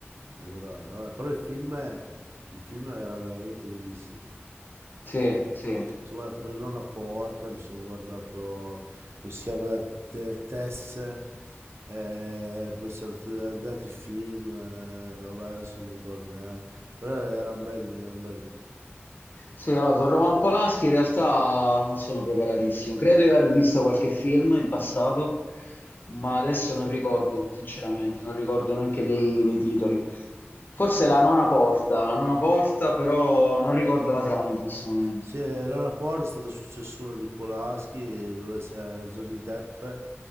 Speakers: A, on the right; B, on the left.
A: E allora vabbè, però il film è- il film era veramente bellissimo
B: sì, sì.
A: sono guardato la nonna porta, mi sono guardato, come si chiama, quella te- Tess, eh, poi c'erano tutti gli altri film, eh, vabbè adesso non mi ricordo neanche, però erano belli, erano belli.
B: Sì, allora, su Roman Polanski in realtà non sono preparatissimo. Credo di aver visto qualche film in passato, ma adesso non ricordo, sinceramente, non ricordo neanche dei, dei titoli. Forse La nona porta, La nona porta, però non ricordo la trama in questo momento.
A: Sì, Elena Porte è stata successore di Polaschi, dove c'è Johnny Depp,